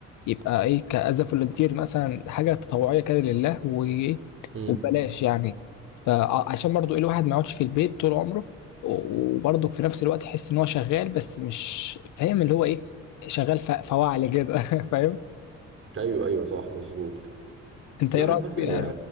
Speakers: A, on the left; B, on the right.
A: يبقى ايه كأز فولنتير مثلا حاجه تطوعيه كده لله و-
B: امم
A: وببلاش يعني فعشان برضو ايه الواحد ما يقعدش في البيت طول عمره و- وبرضو في نفس الوقت يحس ان هو شغال بس مش فاهم اللي هو ايه شغال ف- فواعلي كده <laughs> فاهم
B: ايوه ايوه صح مظبوط
A: انت
B: لا
A: ايه
B: عامة
A: رايك فيه
B: هي
A: يعني